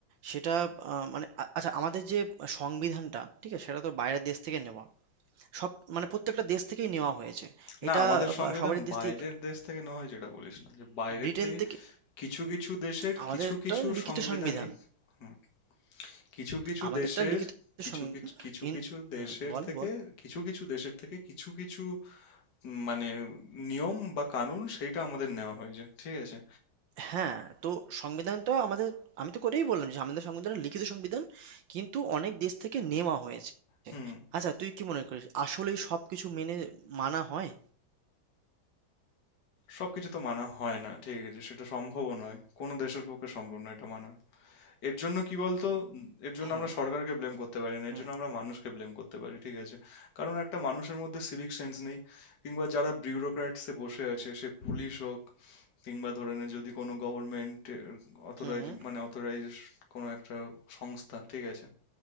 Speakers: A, on the right (about 70°); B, on the left (about 55°).
A: সেটা আহ, মানে আ- আচ্ছা আমাদের যে সংবিধানটা ঠিক আছে সেটা তো বাইরের দেশ থেকে নেওয়া সব মানে প্রত্যেকটা দেশ থেকেই নেওয়া হয়েছে এটা
B: না আমাদের সংবিধান
A: বা সবারই দেশ
B: বাইরের
A: থেকে একটু
B: দেশ থেকে নেওয়া হয় যেটা বলিস না যে বাইরের
A: ব্রিটেন
B: থেকে
A: থেকে
B: কিছু কিছু দেশের
A: আমাদের
B: কিছু
A: একটা
B: কিছু
A: লিখিত
B: সাংবিধানিক
A: সংবিধান
B: হুম, কিছু কিছু
A: আমাদেরটা
B: দেশের
A: লিখিত
B: কিছু
A: সংবিধান
B: কিছু কিছু
A: কিন্তু
B: কিছু দেশের
A: হুম বল
B: থেকে
A: বল
B: কিছু কিছু দেশের থেকে কিছু কিছু উম, মানে নিয়ম বা কানুন সেইটা আমাদের নেওয়া হয়েছে ঠিক আছে
A: হ্যাঁ, তো সংবিধানটা আমাদের আমি তো করেই বললাম যে আমাদের সংবিধানটা লিখিত সংবিধান কিন্তু অনেক দেশ থেকে নেওয়া হয়েছে।
B: হুম
A: আচ্ছা তুই কি মনে করিস আসলেই সবকিছু মেনে মানা হয়?
B: সবকিছু তো মানা হয় না ঠিক আছে সেটা সম্ভবও নয় কোনো দেশের পক্ষে সম্ভব নয় এটা মানা এর জন্য কি বলতো উম, এর জন্য
A: হুম
B: আমরা সরকারকে ব্লেম করতে পারি না
A: হুম
B: এর জন্য আমরা মানুষকে ব্লেম করতে পারি ঠিক আছে কারণ একটা মানুষের মধ্যে সিভিক সেন্স নেই কিংবা যারা বিউরোক্র্যাটসে বসে আছে সে পুলিশ হোক কিংবা ধরে নে যদি কোনো গভর্নমেন্ট অথরাইজ
A: হুম হুম
B: মানে অথরাইজ কোনো একটা সংস্থা ঠিক আছে